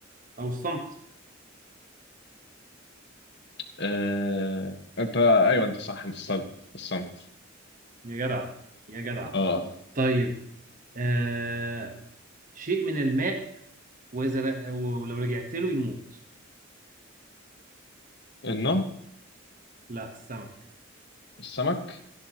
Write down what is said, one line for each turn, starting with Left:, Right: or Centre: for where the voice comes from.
Right: او الصمت
Left: آه... انت ايوه انت صح انت الصمت الصمت
Right: يا جدع يا جدع
Left: اه
Right: طيب آه شيء من الماء واذا ر... ولو رجعت له يموت
Left: النهر
Right: لا السمك
Left: السمك